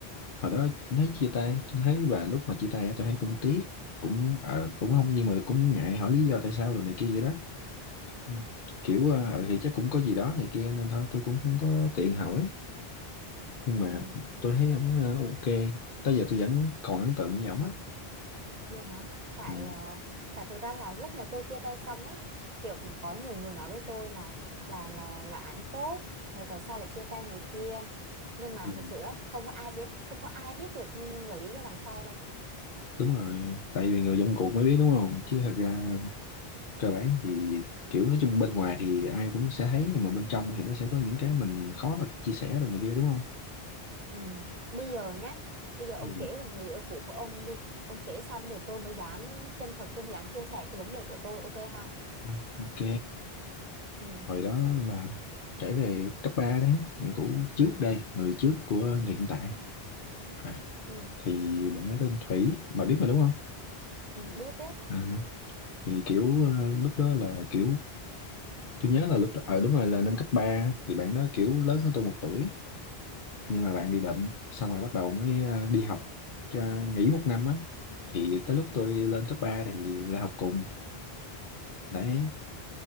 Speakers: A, on the left; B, on the right.
A: Hồi đó thấy chia tay, tôi thấy bà lúc mà chia tay á, tôi thấy cũng tiếc. Cũng ờ, cũng không nhưng mà cũng ngại hỏi lý do tại sao đồ này kia vậy đó. Ừ. Kiểu ờ
B: ừ,
A: ờ thì chắc cũng có gì đó này kia nên thôi tôi cũng không có tiện hỏi. nhưng
B: ừ.
A: mà tôi thấy ổng ờ, ok tới giờ tôi vẫn còn ấn tượng với ổng á
B: Dạ hả? Tại
A: ừ.
B: ờ, tại thực ra là lúc mà tôi chia tay xong ấy, kiểu cũng có nhiều người nói với tôi là là là là ảnh tốt, rồi tại sao lại chia tay này kia. Nhưng mà
A: Ừ.
B: thật sự á, không có ai biết, không có ai biết được nguyên nhân và lý do đằng sau đâu.
A: đúng rồi tại vì người trong cuộc mới biết đúng không chứ thật ra cơ bản thì kiểu nói chung bên ngoài thì ai cũng sẽ thấy nhưng mà bên trong thì nó sẽ có những cái mình khó mà chia sẻ rồi này kia đúng không
B: Ừ. Bây giờ nhá, bây giờ ông
A: Ừ.
B: kể về người yêu cũ của ông đi. Ông kể xong thì tôi mới dám chân thật, tôi mới dám chia sẻ cái vấn đề của tôi, ok không?
A: Ừ, ok
B: Ừ.
A: hồi đó là kể về cấp 3 đấy người cũ trước
B: Ừ.
A: đây người trước của người hiện tại à,
B: Ừ.
A: thì bạn nói tên Thủy bà biết mà đúng không
B: Ừ. Biết biết.
A: à, thì kiểu ờ, lúc đó là kiểu tôi nhớ là lúc đó ở đúng rồi là năm cấp ba thì bạn đó kiểu lớn hơn tôi một tuổi nhưng mà bạn bị bệnh xong rồi bắt đầu mới ờ, đi học ờ, nghỉ một năm á thì tới lúc tôi lên cấp 3 thì là học cùng đấy